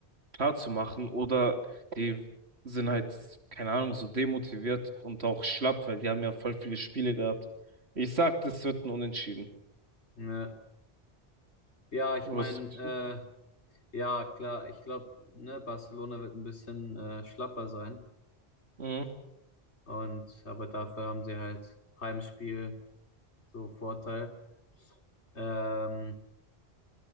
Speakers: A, on the right (about 70°); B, on the left (about 90°).
A: klar zu machen oder die sind halt, keine Ahnung, so demotiviert und auch schlapp, weil die haben ja voll viele Spiele gehabt. Ich sag, das wird ein Unentschieden.
B: ja. Ja, ich
A: Und
B: meine,
A: Was denkst du?
B: äh, ja, klar, ich glaube, ne, Barcelona wird ein bisschen äh, schlapper sein.
A: Mhm.
B: Und aber dafür haben sie halt Heimspiel so Vorteil. Ähm,